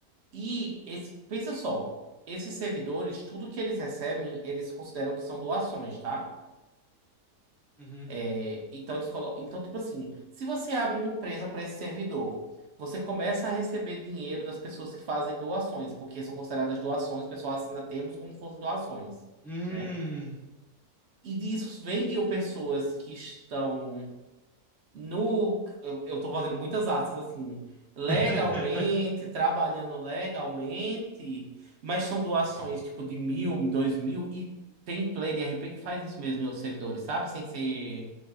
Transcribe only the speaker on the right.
E esse- pensa só, esses servidores, tudo que eles recebem, eles consideram que são doações, tá?
É, então, eles colocam, então, tipo assim, se você abre uma empresa para esse servidor, você começa a receber dinheiro das pessoas que fazem doações, porque são consideradas doações, o pessoal assina termos como se fossem doações.
né? E disso vendiam pessoas que estão no. Eu eu tô fazendo muitas aspas assim. Legalmente,
trabalhando legalmente, mas são doações tipo de mil, dois mil, e tem player de R p que faz isso mesmo em outros servidores, sabe? Sem ser